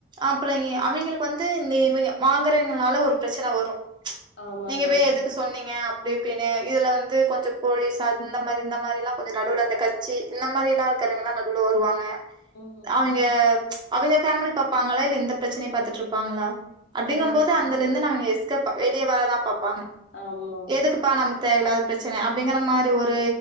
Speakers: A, on the right; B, on the left.
A: அப்றோ அவிங்களுக்கு வந்து இந்த இவைங்க வாங்கறவைங்கனால ஒரு பிரச்சன வரு ப்ச்
B: ஆமாங்க.
A: நீங்க போய் எதுக் கு சொன்னீங்க அப்டி இப்டின்னு இதுல வந்து கொஞ்சோ போலீஸ் அந்த மாரி இந்த மாரில்லா கொஞ்சோ நடுவுல அந்த கட்சி இந்த மாரில்லா இருக்கறவைங்கல்லா நடுவுல வருவாங்க
B: ம்.
A: அவைங்க அவிங்க ஃபேமிலிய பாப்பாங்ளா இல்ல இந்த பிரச்சனய பாத்துட்டு இருப்பாங்ளா அப்டிங்கம்
B: அதாங்க.
A: போது அந் அதுல இருந்து நாங்க எஸ்கேப் வெளிய வரதா பாப்பாங்க
B: ஆம்மா
A: எதுக்குப்பா நம்ம தேவயில்லாத பிரச்சன அப்டிங்கிற மாரி ஒரு